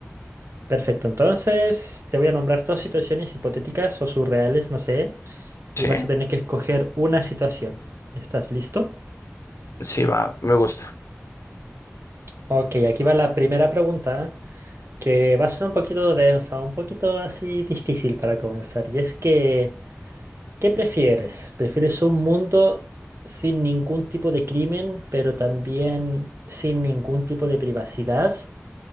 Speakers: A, on the right; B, on the left.
A: Perfecto, entonces te voy a nombrar dos situaciones hipotéticas o surreales, no sé,
B: Sí,
A: y vas a tener que escoger una situación. ¿Estás listo?
B: sí, va, me gusta.
A: Ok, aquí va la primera pregunta. que va a ser un poquito densa, un poquito así difícil para comenzar. Y es que, ¿qué prefieres? ¿Prefieres un mundo sin ningún tipo de crimen, pero también sin ningún tipo de privacidad?